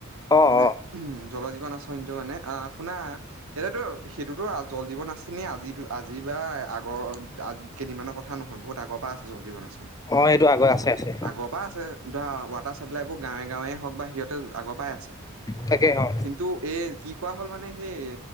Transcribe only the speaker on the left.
অ'
অ'
অ' সেইটো আগত আছে। আছে
তাকে অ'।